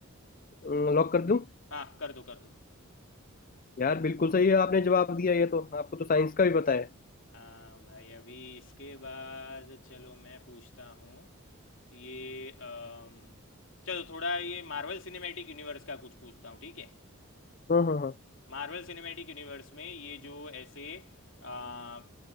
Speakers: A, on the left (about 40°); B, on the left (about 60°).
A: हम्म लॉक कर दूं
B: हाँ कर दो कर दो
A: यार बिल्कुल सही है आपने जवाब दिया ये तो आपको तो साइंस का भी पता है
B: हाँ भाई अभी इसके बाद चलो मैं पूछता हूँ ये अम, चलो थोड़ा ये मार्वल सिनेमैटिक यूनिवर्स का कुछ पूछता हूँ ठीक है
A: हाँ हाँ हाँ
B: मार्वल सिनेमैटिक यूनिवर्स में ये जो ऐसे अ,